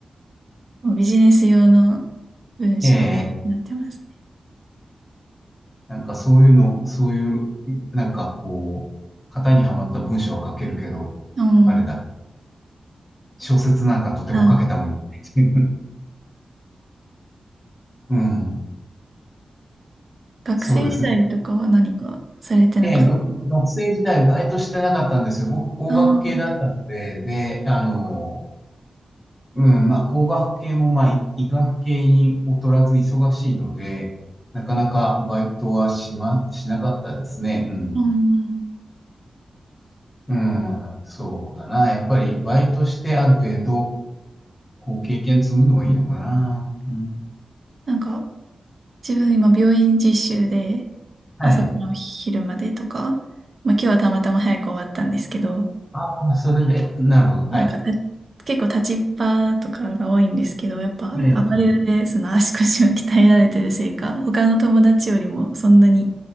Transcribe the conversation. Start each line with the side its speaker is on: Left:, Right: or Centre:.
Right: <laughs> もうビジネス用の文章になってますね。
Left: <laughs> えなんかそういうの、そういう、なんかこう、型にはまった文章は書けるけど、
Right: うん。
Left: あれだ、小説なんかとても書けたもん。
Right: あー
Left: <laughs> うん、
Right: <laughs> 学生時代とかは何かされてなかった。
Left: そうですね。ええ、が学生時代バイトしてなかったんですよ。僕、工学系だったので、
Right: ああー、
Left: で、あの、うん、まあ、工学系も、まあ、い医学系に劣らず忙しいので、なかなかバイトはしま、しなかったですね。うん。
Right: うん。
Left: うん、そうだな。やっぱりバイトしてある程度、こう経験積むのがいいのかな。うん。
Right: なんか、自分今病院実習で
Left: はい。
Right: 朝から昼までとか、まあ今日はたまたま早く終わったんですけど、
Left: ああ、それで、なるほど。はい。
Right: なんかた結構立ちっぱとかが多いんですけど、やっぱアパレルでその足腰を鍛えられてるせいか、
Left: ええ、ええ
Right: 他の友達よりもそんなに